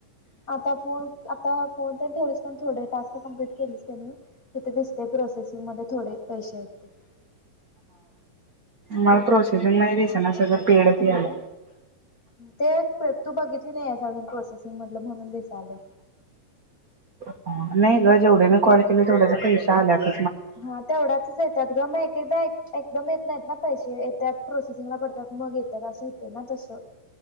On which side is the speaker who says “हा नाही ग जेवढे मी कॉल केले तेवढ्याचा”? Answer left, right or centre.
Right